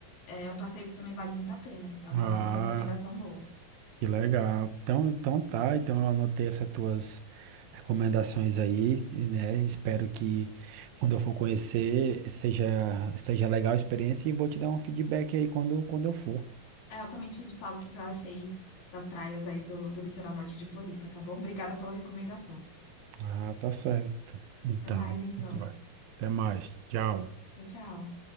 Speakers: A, on the left; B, on the right.
A: É um passeio que também vale muito a pena. É uma
B: ah
A: uma recomendação boa.
B: Que legal. Então, então tá, então eu anotei essas tuas recomendações aí, né? Espero que quando eu for conhecer seja, seja legal a experiência e vou te dar um feedback aí quando, quando eu for.
A: É, eu também te falo o que que eu achei das praias aí do, do litoral norte de Floripa, tá bom? Obrigada pela recomendação.
B: Ah, tá certo. Então,
A: Até mais, então.
B: Muito Até mais. Tchau.
A: Tchau, tchau.